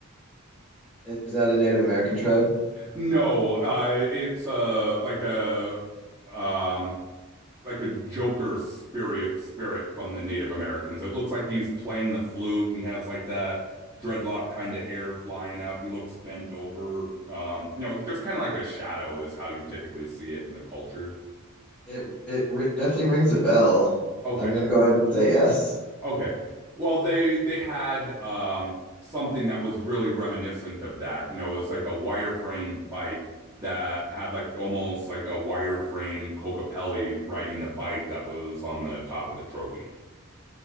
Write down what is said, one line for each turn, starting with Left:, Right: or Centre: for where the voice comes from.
Centre: Is that a Native American tribe?
Right: No, uh, it's uh like a um like a Joker spirit spirit from the Native Americans. It looks like he's playing the flute and he has like that dreadlock kind of hair flying up. He looks bent over. Um, you know, just kind of like a shadow is how you typically see it in the culture.
Centre: It it ri definitely rings a bell.
Right: Okay.
Centre: I'm gonna go ahead and say yes.
Right: Okay. Well, they they had um something that was really reminiscent of that. You know, it was like a wireframe bike that had like almost like a wireframe Cocapelli riding the bike that was on the top of the trophy.